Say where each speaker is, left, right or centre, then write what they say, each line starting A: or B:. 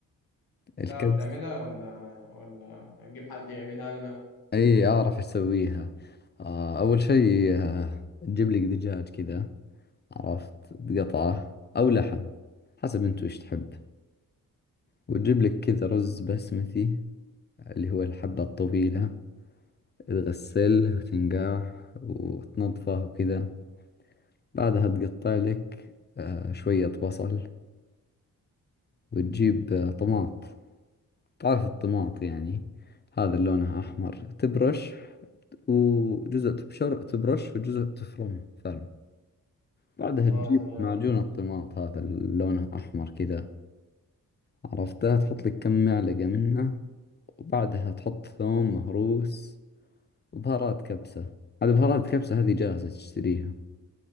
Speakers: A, on the left; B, on the left.
A: الكبسة
B: تعرف تعملها
A: <laughs>
B: ولا ولا نجيب حد يعملها لنا
A: أي أعرف إيش أسويها آه أول شيء آه تجيب لك دجاج كذا عرفت تقطعه أو لحم حسب أنت وش تحب وتجيب لك كذا رز بسمتي اللي هو الحبة الطويلة تغسله وتنقعه وتنظفه وكذا بعدها تقطع لك آه شوية بصل وتجيب آه، طماط تعرف الطماط يعني هذا اللي لونها أحمر تبرش وجزء تبشر تبرش وجزء تفرمه ثلم بعدها
B: اه
A: تجيب
B: تمام
A: معجون الطماط هذا اللي لونه أحمر كذا عرفته تحط لك كم معلقة منه وبعدها تحط ثوم مهروس وبهارات كبسة على بهارات كبسة هذه جاهزة تشتريها